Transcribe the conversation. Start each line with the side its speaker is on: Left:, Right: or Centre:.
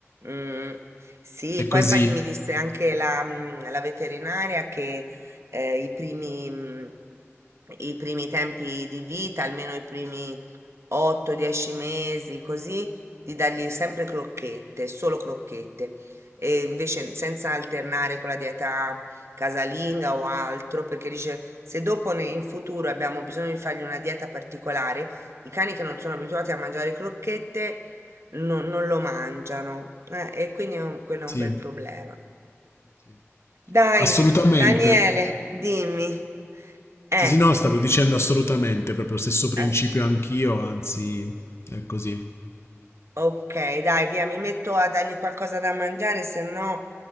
Right: Mm. Sì,
Left: È così,
Right: poi infatti mi disse anche la, mm, la veterinaria che eh, i primi, mm, i primi tempi di vita, almeno i primi 8-10 mesi, così, di dargli sempre crocchette, solo crocchette, e invece senza alternare con la dieta casalinga o altro, perché dice se dopo ne- in futuro abbiamo bisogno di fargli una dieta particolare, i cani che non sono abituati a mangiare crocchette non non lo mangiano, eh, e quindi è un- quello è
Left: sì,
Right: un bel problema.
Left: sì.
Right: Dai,
Left: Assolutamente.
Right: Daniele, dimmi. Eh,
Left: Sì, sì, no, stavo dicendo assolutamente, proprio lo stesso principio
Right: eh,
Left: anch'io, anzi, è così.
Right: Ok, dai, via, mi metto a dargli qualcosa da mangiare, se no